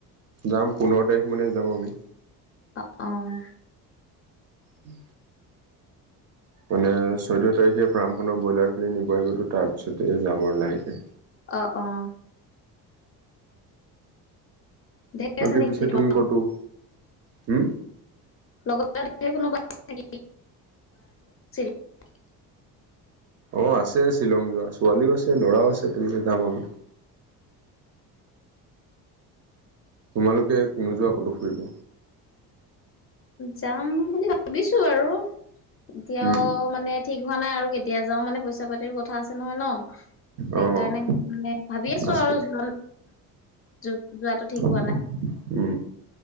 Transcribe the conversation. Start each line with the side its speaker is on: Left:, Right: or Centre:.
Right: যাম পোন্ধৰ তাৰিখ মানে যাম আমি।
Left: অ', - অ',
Right: উম মানে চৈধ্য তাৰিখে ফ্ৰাম খনৰ ব্ৰইলাৰ খিনি নিব আহিবতো তাৰপিছতে যাম আৰু লাহেকে।
Left: অ', - অ', ধেৰ
Right: বাকি
Left: আছে নেকি
Right: পিছে
Left: তোমাৰ
Right: তুমি কতো হম?
Left: লগত আৰু ধে'ৰ কোনোবা আছে <unintelligible>
Right: অহ, আছে শ্বিলং যোৱা ছোৱালীও আছে, ল'ৰাও আছে তেনেকে যাম আমি। তোমালোকে নোযোৱা ক'তো ফুৰিব?
Left: যাম বুলি ভাবিছো আৰু এতিয়াও
Right: উম
Left: মানে ঠিক হোৱা নাই আৰু কেতিয়া যাও মানে পইচা পাতিৰো কথা আছে নহয় ন'? সেইকাৰণে
Right: অ'
Left: মে ভাবি আছো
Right: আছে
Left: আৰু <unintelligible>
Right: <inaudible>
Left: হোৱা নাই
Right: উম,